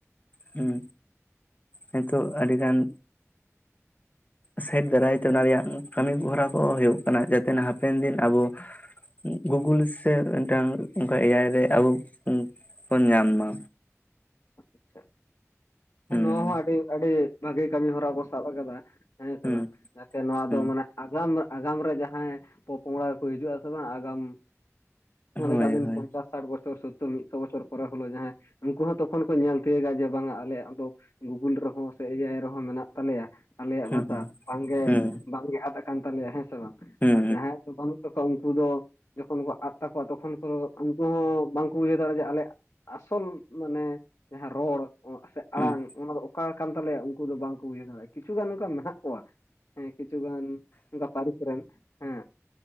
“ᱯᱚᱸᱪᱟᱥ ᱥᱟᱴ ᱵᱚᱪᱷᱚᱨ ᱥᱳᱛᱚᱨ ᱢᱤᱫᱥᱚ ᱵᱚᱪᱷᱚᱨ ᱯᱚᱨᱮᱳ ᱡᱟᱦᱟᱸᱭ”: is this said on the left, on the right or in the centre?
Left